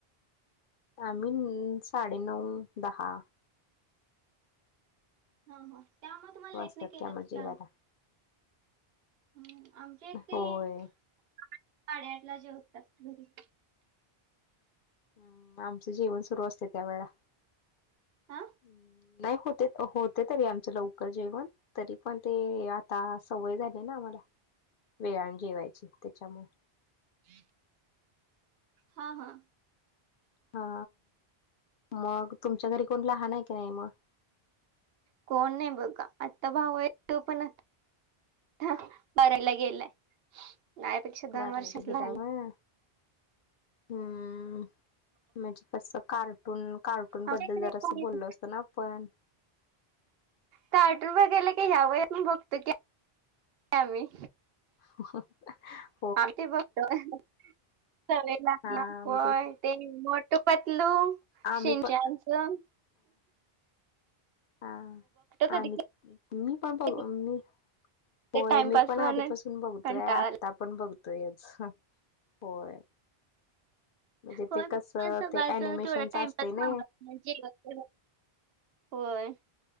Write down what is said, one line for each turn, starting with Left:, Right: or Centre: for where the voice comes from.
Left: आम्ही साडे नऊ दहा.
Right: हा हा. त्यामुळे तुम्हाला
Left: वाजत्यात
Right: लेट नाही केलं
Left: की आम्हाला
Right: तर चालत
Left: जेवायला.
Right: हम्म आमच्या इथे
Left: होय
Right: साडेआठ ला जेवतात घरी.
Left: हम्म. आम आमचं जेवण सुरू असतंय त्यावेळेला हम्म
Right: हा
Left: नाही होतंय होत तंय तरी आमचं लवकर जेवण तरी पण ते आता सवय झालेय ना आम्हाला. वेळाण जेवायची त्याच्यामुळे.
Right: ह हा हा
Left: हा मग तुमच्या घरी कोण लहान आहे काय मग?
Right: कोण नाही बघा आता भाऊ आहे तो पण हं बारावीला गेलाय. माझ्यापेक्षा
Left: बारावीला
Right: दोन वर्षांन
Left: गेलाय
Right: लहान
Left: व्हय
Right: आहे.
Left: हम्म म्हणजे कस कार्टून कार्ट र्टून बद्दल
Right: आमच्या इकडे
Left: जरासं
Right: कोण
Left: बोललो
Right: येतं?
Left: असतो ना आपण.
Right: कार्टून बघायला की ह्या वयात पण बघतोय की आम्ही.
Left: हं हं.
Right: आ ते बघतोय सवय लागल्या
Left: हा म्हणजे
Right: होय. ते मोटू पतलू,
Left: आम्ही
Right: शिंच्यानचं
Left: पण हा
Right: कधी
Left: आम्ही मी पण बघ
Right: कधी
Left: मी
Right: ते
Left: होय
Right: टाइमपास
Left: मी पण
Right: म्हणून
Left: आधीपासून बघतोय
Right: कंटाळा
Left: आत्ता
Right: आला
Left: पण बघतोयच हं होय. म्हणजे
Right: होय
Left: ते कसं
Right: म सकाळच
Left: ते अनिमेशनच
Right: तेवढा टाइमपास
Left: असते ना
Right: काम म जेवण करत. होय.